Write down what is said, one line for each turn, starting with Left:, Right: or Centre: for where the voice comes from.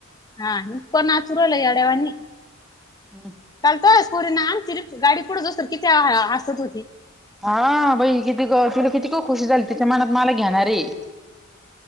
Left: हा इतकं नाचू राहीलं येड्या वानी.
Centre: हम्म.
Left: काल तो आहेस पोरींना आमची रे गाडी पुढेज असल किती ह्या हसत होती.
Centre: हा बई किती गं तुला किती तो खुशी झाली तिच्या मनात मला घेणारय.